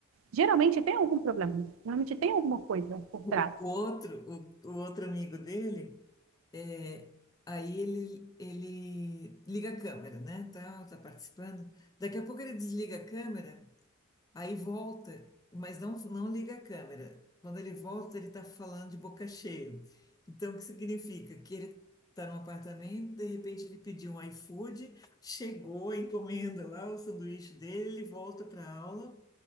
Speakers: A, on the right; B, on the left.
A: geralmente tem algum problema, geralmente tem alguma coisa por
B: O
A: trás.
B: o outro, o, o outro amigo dele, é, aí ele, ele liga a câmera, né? Tal, tá participando. Daqui a pouco ele desliga a câmera, aí volta, mas não, não liga a câmera. Quando ele volta, ele tá falando de boca cheia. Então, o que significa? Que ele tá num apartamento, de repente ele pediu um iFood, chegou, encomenda lá o sanduíche dele, ele volta pra aula